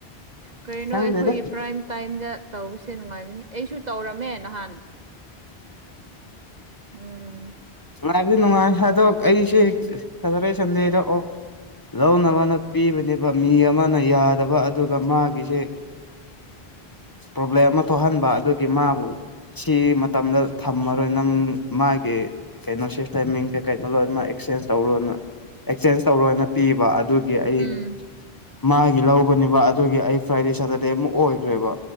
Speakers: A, on the right (about 45°); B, on the left (about 20°).
A: ꯀꯔꯤꯅꯣ
B: ꯈꯪꯗꯦꯗ
A: ꯑꯩꯈꯣꯏꯒꯤ ꯄ꯭ꯔꯥꯏꯝ ꯇꯥꯏꯝꯗ ꯇꯧꯕꯁꯦ ꯅꯨꯡꯉꯥꯏꯕꯅꯤ ꯑꯩꯁꯨ ꯇꯧꯔꯝꯃꯦ ꯅꯍꯥꯟ ꯎꯝ
B: ꯑꯗꯤ ꯅꯅꯨꯡꯉꯥꯏꯗꯣ ꯑꯩꯁꯦ ꯁꯟꯗ ꯑꯣ ꯂꯧꯅꯕꯅ ꯄꯤꯕꯅꯦꯕ ꯃꯤ ꯑꯃꯅ ꯌꯥꯗꯕ ꯑꯗꯨꯒ ꯃꯥꯒꯤꯁꯦ ꯄ꯭ꯔꯣꯕ꯭ꯂꯦꯝ ꯑꯃ ꯊꯣꯛꯍꯟꯕ ꯑꯗꯨꯒꯤ ꯃꯥꯕꯨ ꯑꯁꯤ ꯃꯇꯝꯗ ꯊꯝꯃꯔꯣꯏ ꯅꯪ ꯃꯥꯒꯤ ꯀꯩꯅꯣ ꯁꯤꯐ ꯇꯥꯏꯃꯤꯡ ꯀꯩ ꯀꯩꯅꯣ ꯂꯣꯏꯅꯃꯛ ꯑꯦꯛꯆꯦꯟꯖ ꯇꯧꯔꯣꯅ ꯑꯦꯛꯆꯦꯟꯖ ꯇꯧꯔꯣꯅ ꯄꯤꯕ ꯑꯗꯨ ꯑꯩ
A: ꯎꯝ
B: ꯃꯥꯒꯤ ꯂꯧꯕꯅꯦꯕ ꯑꯗꯨꯒꯤ ꯑꯩ ꯐ꯭ꯔꯥꯏꯗꯦ ꯁꯇꯔꯗꯦ ꯑꯃꯨꯛ ꯑꯣꯏꯈ꯭ꯔꯦꯕ